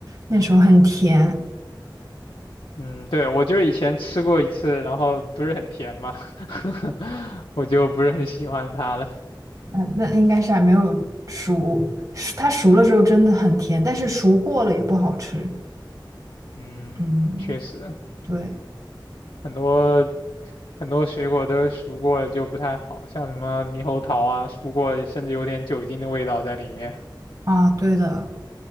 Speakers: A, on the right; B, on the left.
A: 那时候很甜，
B: 嗯。嗯，对，我就是以前吃过一次，然后不是很甜嘛，<laughs> 我就不是很喜欢它了。
A: 那那应该是还没有熟是它熟了之后真的很甜，但是熟过了也不好吃。
B: 嗯，
A: 嗯，
B: 确实，
A: 对
B: 很多很多水果都是熟过了就不太好，像什么猕猴桃啊，熟过甚至有点酒精的味道在里面。
A: 啊，对的，